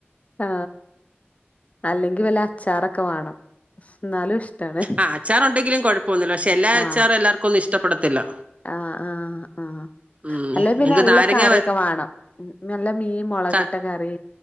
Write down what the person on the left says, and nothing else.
ആ അല്ലെങ്കിൽ വല്ല അച്ചാറൊക്കെ വാണം ന്നാലും ഇഷ്ടാണ്
ആഹ്
ആഹ് ആഹ് ആഹ്
അല്ലെ പിന്നെ
നല്ല
കറിഒക്കെ
വേണം നല്ല മീൻ മൊളകിട്ട
കറി